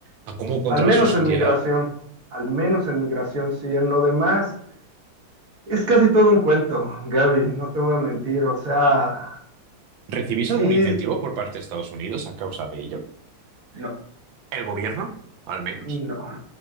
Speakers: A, on the right; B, on the right.
A: a cómo controlar
B: al menos
A: su sociedad.
B: en migración, al menos en migración, sí, en lo demás. Es casi todo un cuento, Gaby, no te voy a mentir. O sea,
A: ¿Recibís
B: sí,
A: algún incentivo por parte de Estados Unidos a causa de ello?
B: no.
A: ¿El gobierno, al menos?
B: No.